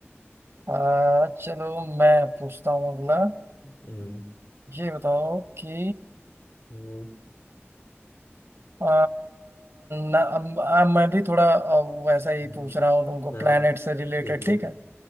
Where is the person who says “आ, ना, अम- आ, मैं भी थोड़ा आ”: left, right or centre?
Right